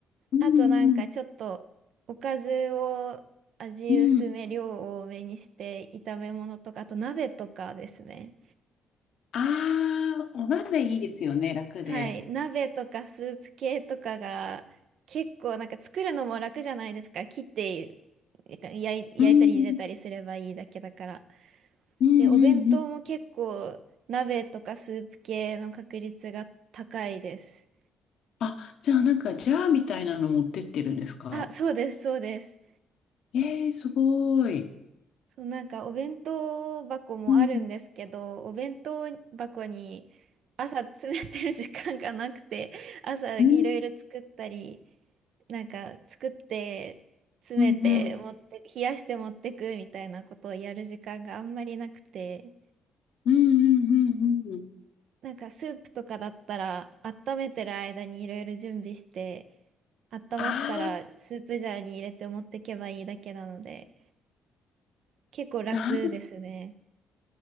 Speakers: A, on the left; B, on the right.
A: うんうん
B: あとなんかちょっとおかずを味薄め量多めにして炒め物とかあと鍋とかですね
A: うん。ああ、お鍋いいですよね、楽で。
B: はい鍋とかスープ系とかが結構なんか作るのも楽じゃないですか切ってなんか焼い、
A: うん
B: 焼いたり茹でたりすればいいだけだから
A: うんうんうん。
B: でお弁当も結構鍋とかスープ系の確率が高いです
A: あ、じゃあなんかジャーみたいなの持ってってるんですか
B: あそうですそうです
A: えー、すごい。
B: そう、なんかお弁当箱もあるんですけど、
A: うん
B: お弁当箱に朝詰めてる時間がなくて、朝いろいろ作ったり、
A: うん
B: なんか作って詰めて持って冷やして持ってくみたいなことをやる時間があんまりなくて
A: うんうんうんうんうんうん。
B: なんかスープとかだったら温めてる間にいろいろ準備して温まったらスープジャーに入れて持ってけばいいだけなので
A: ああ、
B: 結構楽ですね。
A: なん、